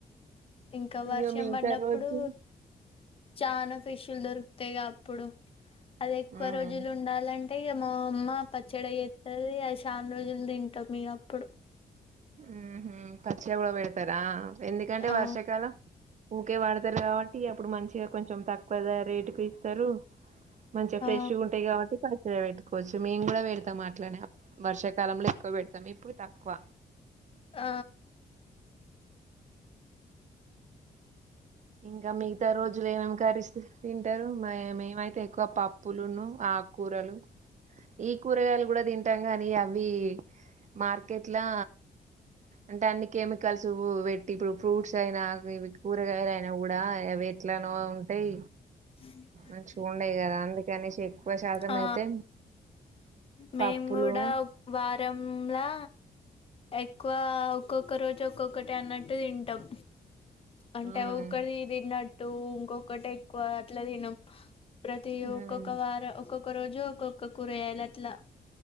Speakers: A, on the left; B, on the right.
A: ఇంకా వర్షం
B: ఇగ మిగతా
A: పడ్డప్పుడు
B: రోజు
A: చనాా ఫిష్యులు దొరుకుతయి గా అప్పుడు అది ఎక్కువ
B: ఉహు
A: రోజులు ఉండాలంటే ఇగ మా అమ్మ పచ్చడి అయి చెత్తది అ చాన్ రోజులు తింటాం ఇగ అప్పుడు
B: ఉమ్ హ్మ్ పచ్చిగా కూడా బేడతారా ఎందుకంటే
A: ఆ
B: వర్షాకాలం ఊకే వాడతారు కాబట్టి అప్పుడు మంచిగా కొంచెం తక్కువగా రేట్ కి ఇస్తారు మంచిగ ఫ్రెష్గా
A: ఆ
B: ఉంటాయి కాబట్టి పచ్చడి పెట్టుకోవచ్చు మేము కూడా పెడతాం అట్లనే వర్షాకాలంలో ఎక్కువ పెడతాం ఇప్పుడు తక్కువ
A: ఆ
B: ఇంకా మిగతా రోజులు ఏం ఏం కర్రీస్ తింటారు మే మేమైతే ఎక్కువ పప్పులును ఆకూరలు ఈ కూరగాయలు కూడా తింటాం గానీ అవి మార్కెట్లా అంటే అన్ని కెమికల్స్ వేట్టి ఇప్పుడు ఫ్రూట్స్ అయినా ఇవి కూరగాయలు అయినా కూడా అవి ఎట్లానో ఉంటాయి
A: అ
B: మంచిగా ఉండయి కదా అందుకనెసి ఎక్కువ శాతం
A: ఆ
B: అయితే
A: మేము
B: పప్పులు
A: కూడా వారంలా ఎక్కువ ఒక్కొక్క రోజు ఒక్కొక్కటి అన్నట్టు తింటాం అంటే
B: ఉమ్
A: అది ఒకటి తిన్నట్టు ఇంకొకటి ఎక్కువ అట్లా తినం ప్రతి
B: ఉమ్
A: ఒక్కొక్క వార ఒక్కొక్క రోజు ఒక్కొక్క కూరగాయలు అట్లా